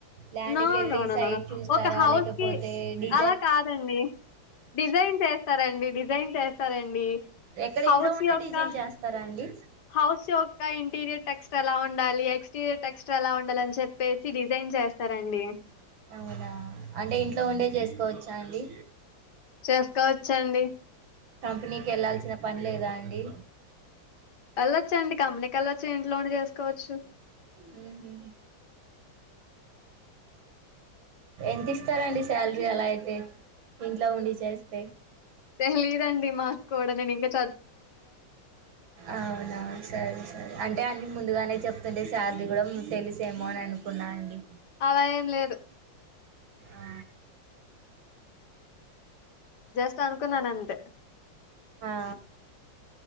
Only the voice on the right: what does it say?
ల్యాండ్
కెళ్ళి
సైడ్
చూస్తారా
లేకపోతే డి
ఎక్కడ
ఇంట్లో ఉండే
డిజైన్ చేస్తారా అండి
అవునా అంటే ఇంట్లో ఉండే చేసుకోవచ్చు నాండి
కంపెనీ కెళ్లాల్సిన పని లేదా అండి
ఉహు ఎంత ఇస్తారండి సాలరీ అలా అయితే ఇంట్లో ఉండి చేస్తే
అవునా సరె సరె అ అంటే అన్నీ ముందుగానే చెప్తుంటే సాలరీ కూడా తెలిసేమో అని అనుకున్నా అండి
ఆ
అ ఆ